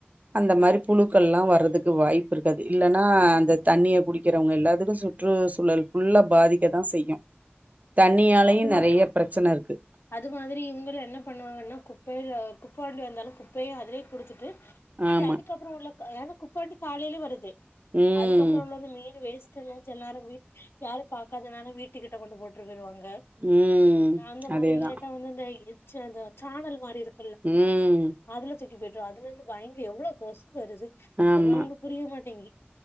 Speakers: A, on the right; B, on the left.
A: அந்த மாரி புழுக்கள் எல்லா வர்றதுக்கு வாய்ப்பு இருக்காது இல்லன்னா அந்த தண்ணிய குடிக்கிறவுங்க எல்லாத்துக்கூ சுற்றுச்சூழல் ஃபுல்லா பாதிக்க தா செய்யு தண்ணியாலயு
B: அது மா
A: நறையா பிரச்சன இருக்கு
B: அது மாதிரி இவுங்களு என்ன பண்ணுவாங்கன்னா குப்பைய குப்ப வண்டி வந்தாலு குப்பய‌ அதுலயே குடுத்துட்டு மீதி
A: ஆமா
B: அதுக்கப்புறொ உள்ள ஏன்னா குப்பவண்டி காலையிலே வருது
A: ம்
B: அதுக்கப்புறொ உள்ள வந்து மீன் வேஸ்ட் செல நேரொ யாரு பாக்காதனாலு வீட்டு கிட்ட கொண்டு போட்டு போய்ருவாங்க
A: ம்
B: அந்த
A: அதேதா
B: மாதிரி இல்லாட்டா அந்த அந்த சாணல் மாரி இருக்கு
A: ம்
B: அதுல தூக்கி போட்டு அதுல இருந்து பயங்க எவ்ளோ கொசு வருது அதெல்லா
A: ஆமா
B: அவுங்களுக்கு புரிய மாட்டேங்கி